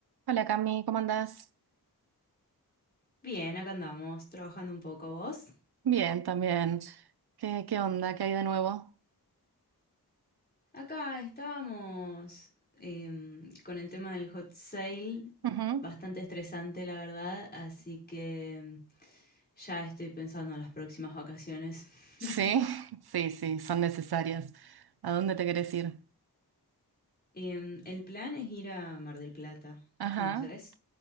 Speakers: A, on the right; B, on the left.
A: Hola Cami, ¿cómo andás?
B: Bien, acá andamos, trabajando un poco vos.
A: Bien, también. ¿Qué, qué onda? ¿Qué hay de nuevo?
B: Acá estábamos em, con el tema del hot sale,
A: Ujú.
B: bastante estresante la verdad, así que em, ya estoy pensando en las próximas vacaciones.
A: Sí,
B: <laughs>
A: <laughs> sí, sí, son necesarias. ¿A dónde te querés ir?
B: Em, el plan es ir a Mar del Plata,
A: Ajá.
B: ¿conoces?